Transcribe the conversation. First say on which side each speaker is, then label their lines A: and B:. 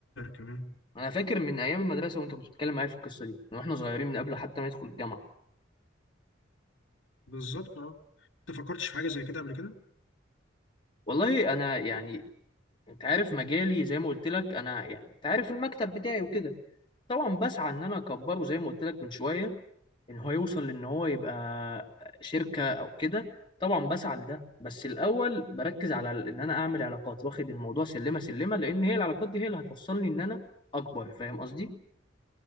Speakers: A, on the left; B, on the left.
A: كمان
B: انا فاكر من ايام المدرسة وانت كنت بتتكلم معايا في القصة دي من واحنا صغيرين من قبل حتى ما ندخل الجامعة
A: بالظبط اه انت فكرتش في حاجة زي كده قبل كده
B: والله انا يعني انت عارف مجالي زي ما قلت لك انا يعني انت عارف المكتب بتاعي وكده طبعا بسعى ان انا اكبره زي ما قلت لك من شوية ان هو يوصل لان هو يبقى شركة او كده طبعا بسعى لده بس الاول بركز على ال- ان انا اعمل علاقات واخد الموضوع سلمة سلمة لان هي العلاقات دي هي اللي هتوصلني ان انا اكبر فاهم قصدي